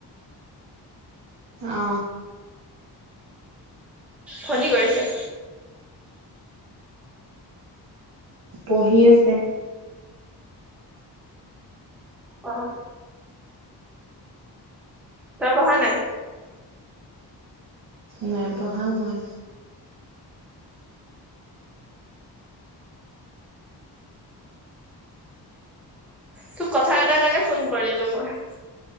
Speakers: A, on the right (about 60°); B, in the centre.
A: অ
B: ফোন, কৰিছে।
A: পঢ়ি আছে।
B: অহ। তই পঢ়া নাই।
A: নাই পঢ়া মই।
B: তোক কথা এটাৰ কাৰণে ফোন কৰিলো মই।